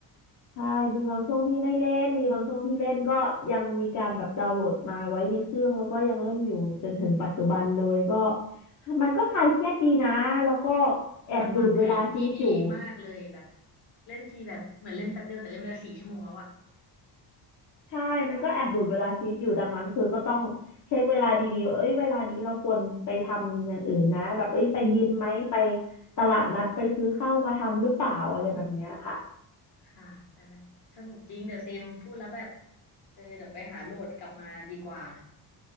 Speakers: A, on the left; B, on the left.
A: ใช่มีบางช่วงที่ไม่เล่นมีบางช่วงที่เล่นก็ยังมีการแบบดาวน์โหลดมาไว้ในเครื่องแล้วก็ยังเล่นอยู่จนถึงปัจจุบันเลยก็มันก็คลายเครียดดีนะแล้วก็
B: ๆมันวางแผนที่ดีมากเลยแบบ
A: แอบดูดเวลาชีวิตอยู่
B: เล่นทีแบบเหมือนเล่นแป๊บเดียวแต่เล่นไปละสี่ชั่วโมงแล้วอะ
A: ใช่มันก็แอบดูดเวลาชีวิตอยู่ดังนั้นคือก็ต้องเช็คเวลาดีๆว่าเอ้ยเวลานี้เราควรไปทำอย่างอื่นนะแบบเอ้ยไปยิมไหมไปตลาดนัดไปซื้อข้าวมาทำหรือเปล่าอะไรแบบเนี้ยค่ะ
B: ค่ะแต่แบบสนุกจริงเดอะซิมพูดแล้วแบบเออเดี๋ยวไปหาโหลดกลับมาดีกว่า